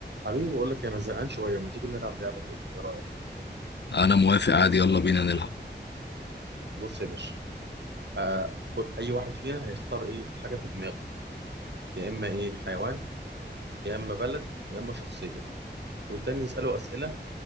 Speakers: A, on the right; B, on the left.
A: حبيبي بقول لك انا زهقان شويه ما تيجي نلعب لعبه كده ايه رايك
B: انا موافق عادي يلا بينا نلعب
A: بص يا باشا آه كل اي واحد فينا هيختار ايه حاجه في دماغه يا اما ايه حيوان يا اما بلد يا اما شخصيه والتاني يساله اسئله